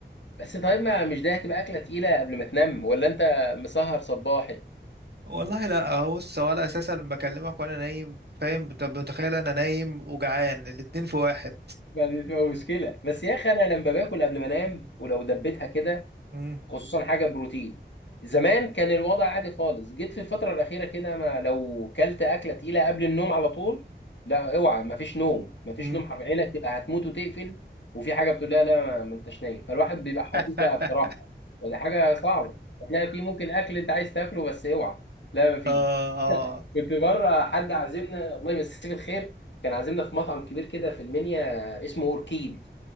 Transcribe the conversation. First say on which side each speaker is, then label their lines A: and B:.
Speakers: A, on the left; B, on the right.
A: بس طيب ما مش ده هتبقى اكله تقيله قبل ما تنام ولا انت مسهر صباحي
B: والله لا بص هو انا اساسا بكلمك وانا نايم فاهم انت متخيل انا نايم وجعان الاتنين في واحد
A: ما دي تبقى مشكله بس يا اخي انا لما باكل قبل ما انام ولو دبيتها كده
B: مم.
A: خصوصا حاجه بروتين زمان كان الوضع عادي خالص جيت في الفتره الاخيره كده ما لو كلت اكله تقيله قبل النوم على طول لا اوعى ما فيش نوم ما فيش
B: مم.
A: نوم حرفيا عينك تبقى هتموت وتقفل وفي حاجه بتقول لها لا ما ما انتش نايم فالواحد بيبقى حريص
B: <laughs>
A: بقى بصراحه ولا حاجه صعبه هتلاقي في ممكن اكل انت عايز تاكله بس اوعى لا ما فيش
B: اه اه
A: كنت بره حد عازمنا الله يمسيه بالخير كان عازمنا في مطعم كبير كده في المنيا اسمه اوركيد